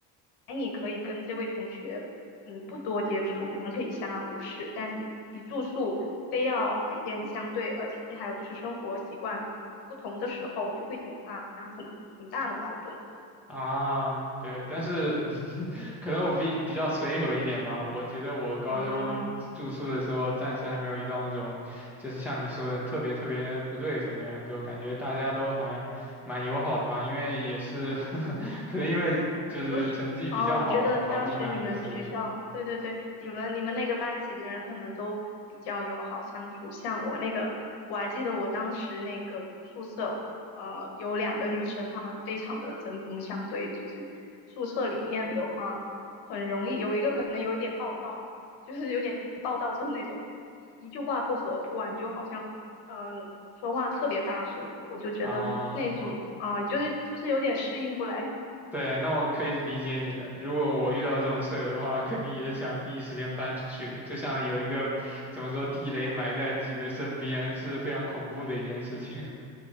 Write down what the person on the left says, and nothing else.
哎，你可以跟这位同学嗯不多接触，你们可以相安无事，但是一住宿非要每天相对，而且还有就是生活习惯不同的时候，就会引发很很大的矛盾。
嗯，
不是啊，我觉得当时你们学校，
对对对，你们你们那个班级的人可能都比较友好相处。像我那个，我还记得我当时那个宿舍，呃，有两个女生，她们非常的针锋相对。就是宿舍里面的话，很容易有一个可能有一点暴躁，就是有点暴躁症那种，一一句话不合，突然就好像嗯、呃说话特别大声，我就觉得那种啊、
就是就是有点适应不来。